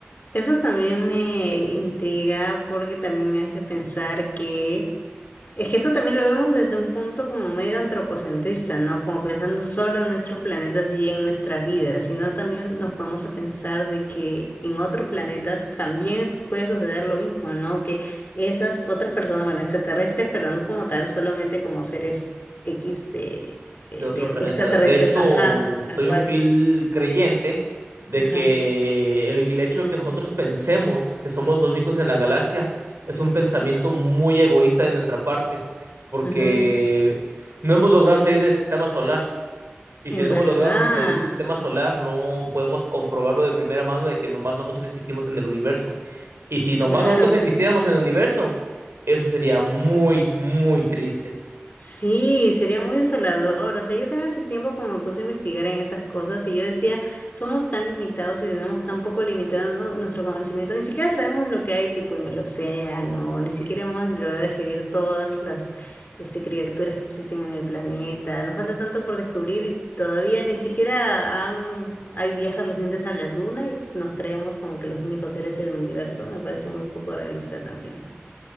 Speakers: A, on the left; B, on the right.
A: Eso también me intriga porque también me hace pensar que Es que eso también lo vemos desde un punto como medio antropocentrista, ¿no? Como pensando solo en nuestros planetas y en nuestras vidas, sino también nos podemos a pensar de que en otros planetas también puede suceder lo mismo, ¿no? Que esas otras personas, bueno, extraterrestres, pero no como tal, solamente como seres X de, de-
B: de otro
A: de
B: planeta.
A: extraterrestres,
B: De hecho,
A: ajá,
B: soy
A: tal cual,
B: un fiel creyente de
A: ajá,
B: que el hecho de que nosotros pensemos que somos los únicos en la galaxia es un pensamiento muy egoísta de nuestra parte, porque
A: ujú,
B: no hemos logrado salir del sistema solar. Y
A: En
B: si no
A: verdad,
B: hemos logrado si salir del sistema solar, no podemos comprobarlo de primera mano de que nomás nosotros existimos en el universo. Y si nomás
A: claro.
B: nosotros existiéramos en el universo, eso sería muy, muy triste.
A: Sí, sería muy desolador. O sea, yo también hace tiempo como me puse a investigar en esas cosas y yo decía, somos tan limitados y tenemos tan poco limitado nuestro conocimiento, ni siquiera sabemos lo que hay tipo en el océano, ni siquiera hemos logrado describir todas las este, criaturas que existen en el planeta. Nos falta tanto por descubrir y todavía ni siquiera han, hay viajes recientes a la luna y nos creemos como que los únicos seres en el universo. Me parece muy poco realista también.